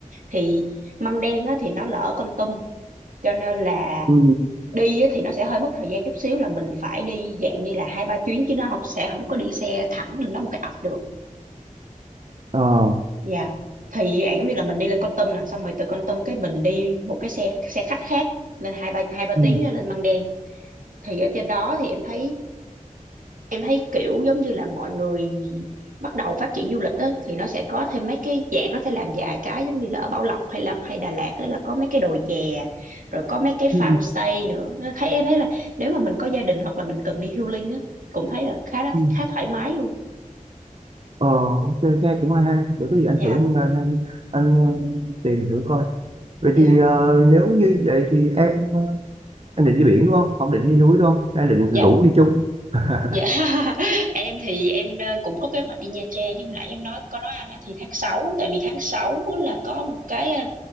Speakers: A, on the right; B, on the right.
A: thì Măng Đen á thì nó là ở Kon Tum cho nên là
B: Ừ.
A: đi á thì nó sẽ hơi mất thời gian chút xíu là mình phải đi dạng như là hai ba chuyến chứ nó không sẽ không có đi xe thẳng lên đó một cái ập được
B: ờ
A: dạ thì dạng như là mình đi lên Kon Tum nè xong rồi từ Kon Tum cái mình đi một cái xe xe khách khác lên hai ba hai ba
B: Ừ.
A: tiếng á, lên Măng Đen thì ở trên đó thì em thấy em thấy kiểu giống như là mọi người bắt đầu phát triển du lịch á thì nó sẽ có thêm mấy cái dạng nó sẽ làm vài cái giống như là ở Bảo Lộc hay là hay Đà Lạt á là có mấy cái đồi chè rồi có mấy cái farm
B: Ừ.
A: stay nữa Nó thấy em thấy là nếu mà mình có gia đình hoặc là mình cần đi healing á cũng thấy là khá
B: Ừ.
A: khá thoải mái luôn
B: Ờ, ok, nghe cũng hay hay. Để có gì anh
A: nha
B: thử anh, anh, anh ờ, tìm thử coi. Vậy
A: Dạ.
B: thì ờ, nếu như vậy thì em ờ, em định đi biển đúng không? Không định đi núi đúng không? Đang định
A: Dạ.
B: rủ đi chung. <laughs>
A: Dạ <laughs> em thì em ờ, cũng có kế hoạch đi Nha Trang nhưng nãy em nói có nói anh á thì tháng sáu tại vì tháng 6 là có một cái ờ,